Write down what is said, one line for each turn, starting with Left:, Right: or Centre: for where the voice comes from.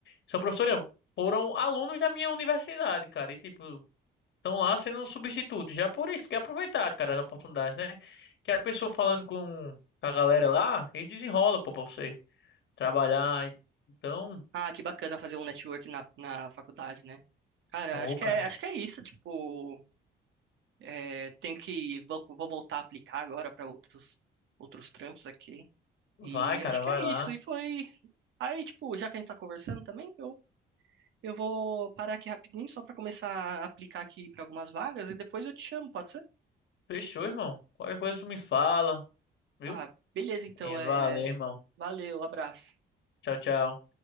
Left: São professores, não, foram alunos da minha universidade, cara, e, tipo... Estão lá sendo um substituto, já por isso, que aproveitar, cara, as oportunidades, né? Que a pessoa falando com a galera lá, eles desenrolam, pô, pra você trabalhar. Então,
Right: Ah, que bacana fazer um network na, na faculdade, né? Cara,
Left: Ô,
Right: acho que
Left: cara,
Right: é, acho que é isso. Tipo, é, tem que. Vou, vou voltar a aplicar agora para outros, outros trampos aqui.
Left: Vai,
Right: E
Left: cara,
Right: acho que
Left: vai
Right: é
Left: lá.
Right: isso. E foi. Aí, tipo, já que a gente tá conversando também, eu Eu vou parar aqui rapidinho só para começar a aplicar aqui para algumas vagas e depois eu te chamo, pode ser?
Left: Fechou, irmão. Qualquer coisa tu me fala, viu?
Right: Ah, beleza, então
Left: E
Right: é.
Left: valeu, irmão.
Right: Valeu, abraço.
Left: Tchau, tchau.